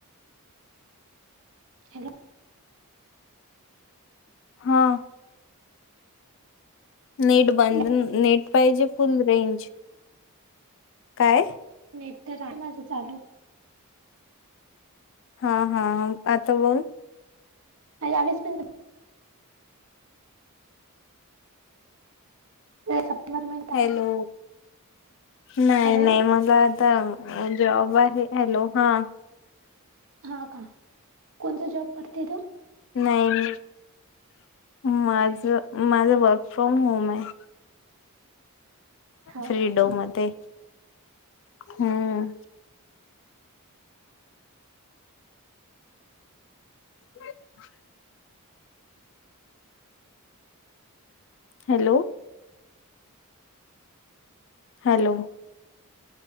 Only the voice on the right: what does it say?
हॅलो.
हॅलो
नेट तर आहे माझं चालू.
हा यावेस पण तर सप्टेंबर महिन्यात
आहे ना
हॅलो
हा का कोणता जॉब करते तु?
हो